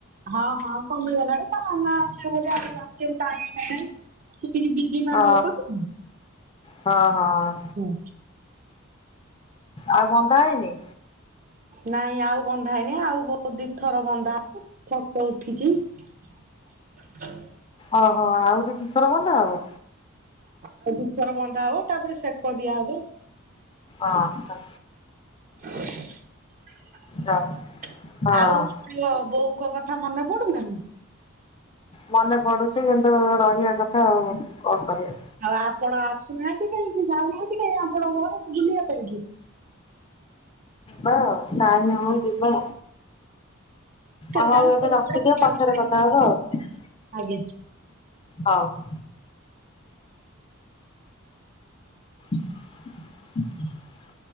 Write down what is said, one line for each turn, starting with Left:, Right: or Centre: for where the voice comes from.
Right: ହଁ ହଁ କମିଗଲାଣି ତା ନନା ଆସିବ ବୋଲି ଆଉ ଆସିବାକୁ ଟାଇମ୍ ନାହିଁ ସେ ଟିକେ ବିଜି। ବିଜି ମ୍ୟାନ
Left: ଓ
Right: ଲୋକ ତ
Left: ହଁ ହଁ
Right: ହୁଁ।
Left: ଆଉ ବନ୍ଧା ହେଇନି।
Right: ନାଇଁ ଆଉ ବନ୍ଧା ହେଇନି ଆଉ ବହୁତ ଦୀଥର ବନ୍ଧା ଫଟ ଉଠିଛି। <inaudible>
Left: ଅ ହ ଆଉ ରି ଦିଥର ବନ୍ଧା ହବ।
Right: ଆଉ ଦିଥର ବନ୍ଧା ହବ ତାପରେ ସେକ ଦିଆ ହବ।
Left: ଅ ହ।
Right: ଆଉ <unintelligible>
Left: ହଁ ହଁ
Right: ବୋଉଙ୍କ କଥା ମନେ ପଡୁ ନାହିଁ?
Left: ମନେ ପଡୁଛି କିନ୍ତୁ ରହିବା କଥା ଆଉ। କଁ କରିବା?
Right: ଆଉ ଆପଣ ଆସୁନାହିଁ କାହିଁକି ଯାଉ ନାହାଁନ୍ତି କାଇଁ ଆପଣ ଘରକୁ ବୁଲିବା ପାଇଁକି?
Left: ହଁ ଟାଇମ୍ ହଉ ଯିବା।
Right: କେତେବେଳେ
Left: ଅ ହଉ ଏବେ
Right: ପୋଡ
Left: ରଖିଦିଅ
Right: ଫୋଡ ପିଠା
Left: ପଛରେ
Right: ପିଠା ନେଇକି
Left: କଥା ହବା
Right: ଯିବେ
Left: ଆଉ।
Right: ଆଜ୍ଞା।
Left: ହଉ। <inaudible>